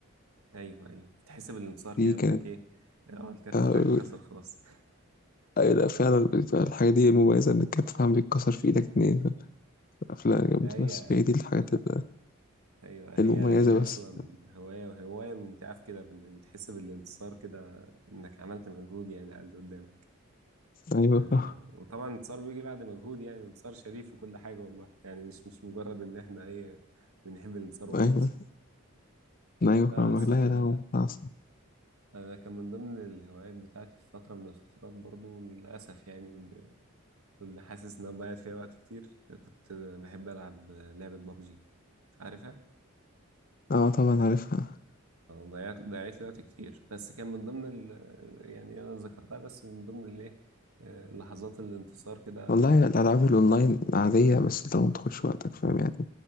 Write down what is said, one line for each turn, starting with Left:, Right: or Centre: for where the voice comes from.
Right: ايوه ايوه تحس بالانتصار
Left: دي
Right: كانك
Left: كانت
Right: ايه اه الكارت
Left: آه،
Right: بتاعك اتكسر خلاص
Left: أي لا فعلا بتبقى الحاجة دي المميزة إنك كانت فاهم بيتكسر في إيدك اتنين
Right: <laughs>
Left: أفلام جامدة
Right: هي
Left: بس هي دي الحاجات ال-
Right: ايوه هي
Left: المميزة
Right: هي
Left: بس
Right: اصلا هوايه وهوايه ممتعه في كده بانك بتحس بالانتصار كده انك عملت مجهود يعني على اللي قدام
Left: أيوة
Right: آه،
Left: <laughs>
Right: وطبعا الانتصار بيجي بعد مجهود يعني انتصار شريف وكل حاجه والله يعني مش مش مجرد ان احنا ايه بنحب الانتصار وخلاص
Left: أيوة أيوة
Right: بس
Left: فاهمك لا
Right: آه،
Left: يا لهوي عصب.
Right: انا كان من ضمن الهوايات بتاعتي في فتره من الفترات برضو للاسف يعني واللي واللي حاسس ان انا ضيعت فيها وقت كتير كنت بحب العب لعبه بابجي عارفها
Left: أه طبعا عارفها
Right: ضيعت ضيعت لي وقت كتير بس كان من ضمن ال... يعني انا ذكرتها بس من ضمن الايه آه، لحظات الانتصار كده
Left: والله الألعاب الأونلاين عادية بس أنت ما تدخلش وقتك فاهم يعني